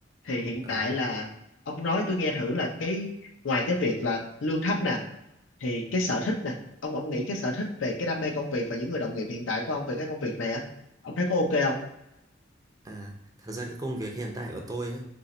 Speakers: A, on the left; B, on the right.
A: Thì hiện
B: ờ,
A: tại là ông nói tôi nghe thử là cái ngoài cái việc là lương thấp nè thì cái sở thích nè ông ông nghĩ cái sở thích về cái đam mê công việc và những người đồng nghiệp hiện tại của ông về cái công việc này á ông thấy có ok không
B: à, thật ra cái công việc hiện tại của tôi á,